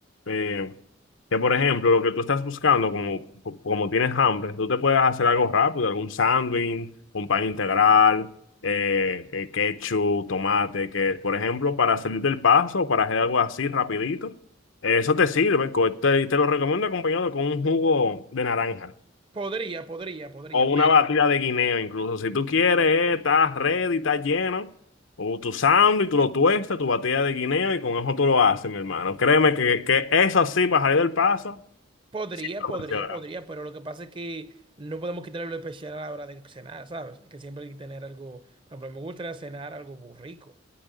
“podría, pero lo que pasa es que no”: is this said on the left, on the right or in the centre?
Right